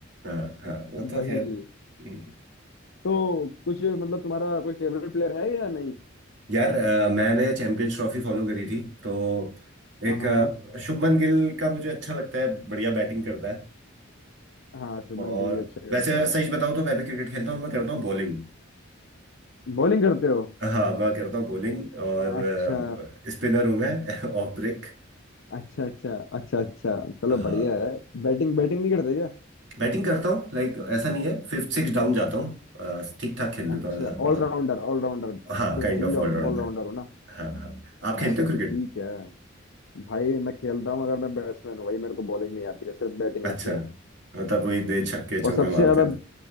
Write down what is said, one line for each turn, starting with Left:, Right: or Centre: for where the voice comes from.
Right: हाँ हाँ वो तो
Left: वही
Right: खैर हम्म,
Left: तो कुछ मतलब तुम्हारा कोई फेवरेट प्लेयर है या नहीं
Right: यार अ, मैंने चैंपियंस ट्रॉफी फॉलो करी थी तो
Left: हाँ
Right: एक अ, शुभमन गिल का मुझे अच्छा लगता है बढ़िया बैटिंग करता है
Left: हाँ शुभमन
Right: और
Left: गिल भी अच्छा करता
Right: वैसे
Left: है
Right: सच बताऊं तो मैं भी क्रिकेट खेलता हूँ मैं करता हूँ बॉलिंग
Left: बॉलिंग करते हो
Right: हाँ मैं करता हूँ बॉलिंग और
Left: अच्छा
Right: स्पिनर हूँ मैं <laughs> Of break
Left: अच्छा अच्छा अच्छा अच्छा चलो
Right: हाँ
Left: बढ़िया है बैटिंग बैटिंग नहीं करते क्या
Right: बैटिंग करता हूँ लाइक ऐसा नहीं है फिफ्थ सिक्स डाउन जाता हूँ ठीक ठाक खेल लेता
Left: अच्छा
Right: हूँ ऐसा बहुत
Left: ऑलराउंडर ऑलराउंडर
Right: हाँ
Left: बेसिकली
Right: काइंड ऑफ ऑलराउंडर
Left: ऑलराउंडर हो ना
Right: हाँ हाँ आप
Left: हाँ
Right: खेलते हो
Left: तो
Right: क्रिकेट
Left: ठीक है भाई मैं खेलता हूँ अगर मैं बैट्समैन हूँ भाई मेरे को बॉलिंग नहीं आती है सिर्फ बैटिंग
Right: अच्छा
Left: आती है
Right: मतलब वही दे छक्के
Left: और
Right: चौके
Left: सबसे
Right: मारते
Left: ज्यादा
Right: हो